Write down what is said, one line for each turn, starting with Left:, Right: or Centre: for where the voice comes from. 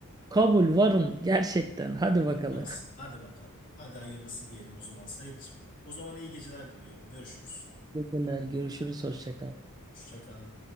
Right: Kabul varım gerçekten. Hadi
Left: Süpersin.
Right: bakalım.
Left: Hadi bakalım. Hadi hayırlısı diyelim o zaman Sait. O zaman iyi geceler diliyorum. Görüşürüz.
Right: <laughs> Teşekkürler. Görüşürüz. Hoşça kal.
Left: Hoşça kal.